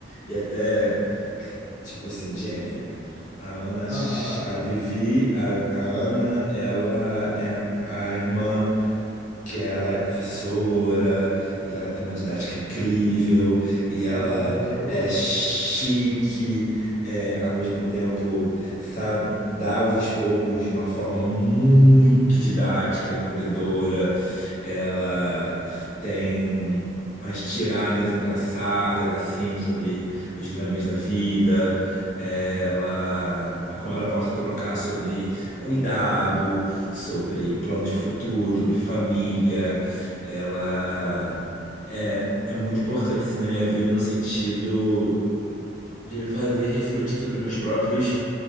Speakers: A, on the left; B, on the right.
A: e até, que, tipo assim, gêmea. A Ana,
B: Aham,
A: a Vivi, a, a Ana, ela é a irmã que ela é professora e ela tem uma didática incrível e
B: é
A: ela
B: a mais velha do rolê.
A: é chique, é, ao mesmo tempo, sabe, dá os esporros de uma forma muito didática, acolhedora. Ela tem as tiradas engraçadas, assim, sobre os dramas da vida. Ela, com ela eu posso trocar sobre cuidado, sobre planos futuros, sobre família. Ela é, é muito importante assim, na minha vida no sentido de me fazer refletir sobre meus próprios